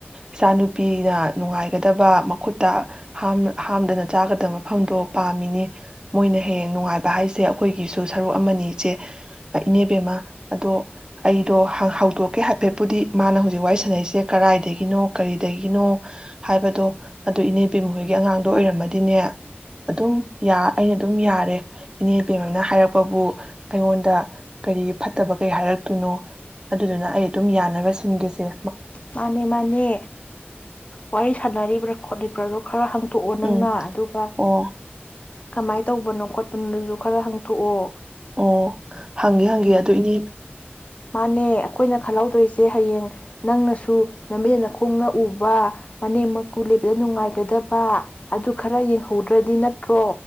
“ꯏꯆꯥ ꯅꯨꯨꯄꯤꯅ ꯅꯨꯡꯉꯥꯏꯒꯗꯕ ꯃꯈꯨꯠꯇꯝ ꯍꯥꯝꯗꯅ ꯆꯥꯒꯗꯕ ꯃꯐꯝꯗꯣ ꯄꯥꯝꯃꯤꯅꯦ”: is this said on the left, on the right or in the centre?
Right